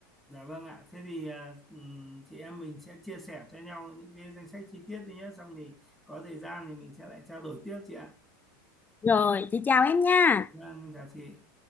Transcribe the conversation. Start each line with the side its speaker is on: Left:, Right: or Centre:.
Centre: dạ vâng ạ. Thế thì à, ừm, chị em mình sẽ chia sẻ cho nhau những cái danh sách chi tiết đi nhé. Xong thì có thời gian thì mình sẽ lại trao đổi tiếp chị ạ.
Left: rồi chị chào em nha
Centre: Vâng, chào chị.